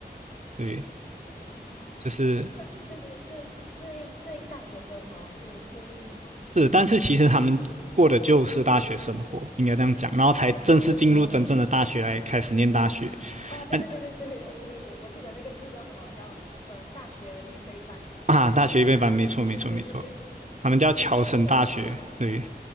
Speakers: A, on the right (about 45°); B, on the left (about 45°).
A: 对，
B: 哦，
A: 就是
B: 那就是就适应适应大学生活，还是适应什么？
A: 是，但是其实他们过的就是大学生活，应该这样讲，然后才正式进入真正的大学来开始念大学，
B: 哦，哦，对对对对对对对，
A: 啊
B: 我我记得那个字叫什么？叫呃大学预备班。
A: 啊，大学预备班，
B: <laughs>
A: 没错没错没错，
B: 对对对对对，
A: 他们叫侨生大学，
B: 确实。
A: 对，